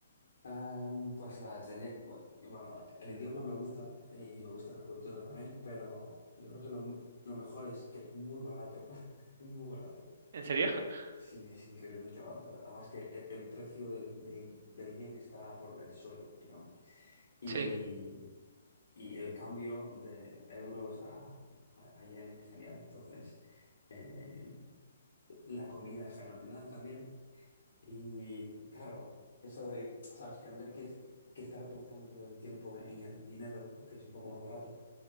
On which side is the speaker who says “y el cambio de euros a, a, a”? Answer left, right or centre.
Left